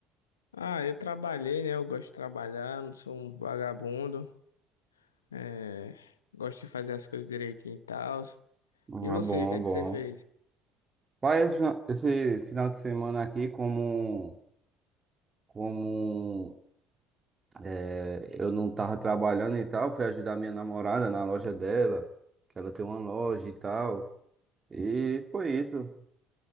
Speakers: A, on the left; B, on the right.
A: Ah, eu trabalhei, né? Eu gosto de trabalhar, não sou um vagabundo. É... Gosto de fazer as coisas direitinho e tal.
B: Ah,
A: E você,
B: bom,
A: o que é que
B: bom.
A: você fez?
B: Pai, esse fina- esse final de semana aqui, como, como é, eu não tava trabalhando e tal, fui ajudar minha namorada na loja dela, que ela tem uma loja e tal. E foi isso.